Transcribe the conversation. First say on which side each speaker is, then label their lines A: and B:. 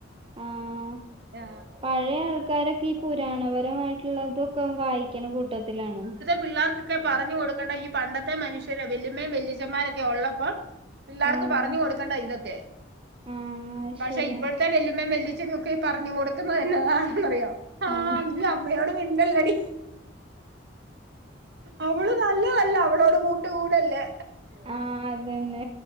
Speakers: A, on the right; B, on the right.
A: ആ
B: രാ
A: പഴയ ആൾക്കാരൊക്കെ ഈ പുരാണപരമായിട്ടുള്ളതൊക്കെ വായിക്കണ കൂട്ടത്തിലാണ്.
B: പിള്ളാർക്കൊക്കെ പറഞ്ഞു കൊടുക്കണ്ട ഈ പണ്ടത്തെ മനുഷ്യര വെല്ലുമ്മേം വെല്ലിച്ചന്മാരൊക്കെ ഒള്ളപ്പം പിള്ളാർക്ക്
A: ആഹ്
B: പറഞ്ഞു കൊടുക്കണ്ടതാ ഇതൊക്കെ
A: ആഹ്
B: പക്ഷെ
A: ശരിയാ
B: ഇപ്പോഴത്തെ വെല്ലിമ്മേം വെല്ലി ച്ഛനൊക്കെ പറഞ്ഞു കൊടുക്കുന്നതെന്നതാന്നറിയോ ആ
A: ആഹ്
B: നീ അമ്മയോട് മിണ്ടല്ലടി. അവള് നല്ലതല്ല അവളോട് കൂട്ടു കൂടല്ലെ.
A: ആഹ് അതന്നെ